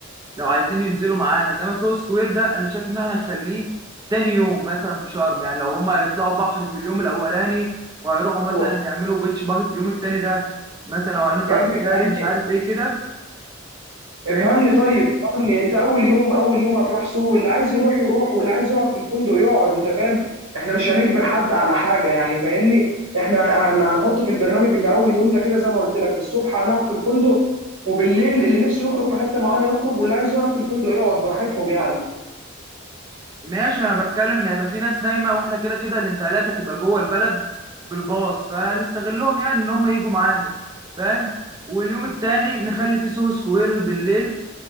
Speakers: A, on the right (about 20°); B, on the right (about 75°).
A: لو عايزين ينزلوا معانا انما سو سكوير ده انا شايف ان احنا نخليه تاني يوم مثلا في شرم يعني لو هما هيطلعوا بحر في اليوم الاولاني وهيروحوا مثلا
B: هو
A: يعملوا بيتش باجي في اليوم التاني ده مثلا لو هنطلع
B: يا ابني
A: سفاري
B: افهمني
A: مش عارف ايه كده فاهمني
B: افهمني طيب افهمني انت اول يوم اول يوم هتروح سوهو اللي عايز يروح يروح واللي عايز يقعد في الفندق يقعد انت فاهم احنا مش هنجبر حد على حاجه يعني فاهمني احنا هن- هنحط في البرنامج ان اول يوم ده كده زي ما قلت لك الصبح هنقعد في الفندق وبالليل اللي نفسه يخرج في حته معينه يخرج واللي عايز يقعد في الفندق يقعد براحتهم يعني
A: ماشي انا بتكلم ان هيبقى في ناس نايمه واحنا كده كده الانتقالات هتبقى جوه البلد بالباص فنستغلهم يعني ان هم يجوا معانا فاهم واليوم التاني نخلي فيه سوهو سكوير بالليل